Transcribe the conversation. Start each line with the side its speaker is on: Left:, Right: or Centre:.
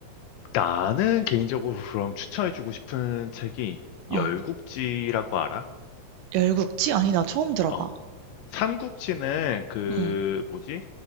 Left: 나는 개인적으로 그럼 추천해주고 싶은 책이
Right: 어,
Left: 열국지라고 알아?
Right: 열국지? 아니, 나 처음 들어봐.
Left: 어, 삼국지는 그
Right: 응,
Left: 뭐지?